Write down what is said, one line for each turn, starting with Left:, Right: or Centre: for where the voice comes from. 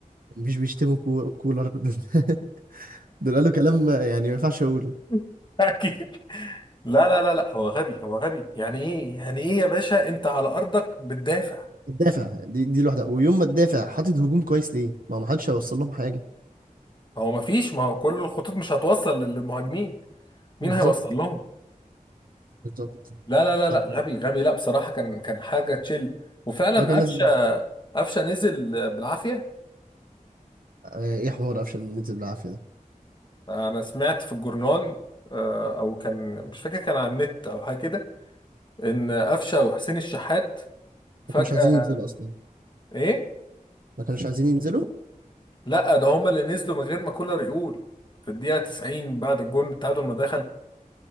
Right: مش بيشتموا كو- كولر <laughs> دول قالوا كلام يعني ما ينفعش اقوله
Left: <laughs> اكيد لا لا لا لا هو غبي هو غبي يعني ايه يعني ايه يا باشا انت على ارضك بتدافع
Right: الدافع دي دي لوحدها ويوم ما تدافع حاطط هجوم كويس ليه ما هو ما حدش هيوصل لهم حاجه
Left: هو مفيش ما هو كل الخطوط مش هتوصل للمهاجمين مين
Right: بالظبط
Left: هيوصل لهم
Right: بالظبط
Left: لا لا لا
Right: طب
Left: لا غبي غبي لا بصراحة كان كان حاجة تشيل وفعلا
Right: هو كان
Left: قفشة
Right: لازم
Left: قفشة نزل بالعافية
Right: آه، ايه حوار قفشة ننزل بالعافيه ده
Left: انا سمعت في الجورنان آه، او كان مش فاكر كان على النت او حاجة كده ان قفشة وحسين الشحات فجأة
Right: ما كانوش عايزين ينزلوا اصلا
Left: ايه
Right: ما كانوش عايزين ينزلوا
Left: لا ده هما اللي نزلوا من غير ما كولر يقول في الدقيقة 90 بعد الجون التعادل ما دخل